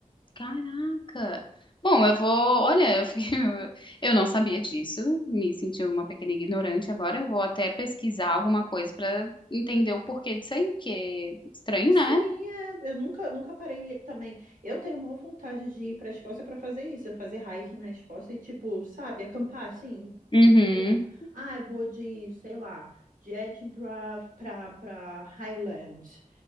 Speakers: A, on the left; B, on the right.
A: Caraca! Bom, eu vou. Olha, eu fiquei... <laughs> eu não sabia disso, me senti uma pequena ignorante agora. Eu vou até pesquisar alguma coisa pra entender o porquê disso aí, porque estranho,
B: Sim,
A: né?
B: é, eu nunca, nunca parei também. Eu tenho maior vontade de ir para a Escócia para fazer isso, eu fazer hiking na Escócia e tipo, sabe, acampar assim,
A: Uhum.
B: Tipo, ah, vou de, sei lá, de Edinburgh pra, pra Highland.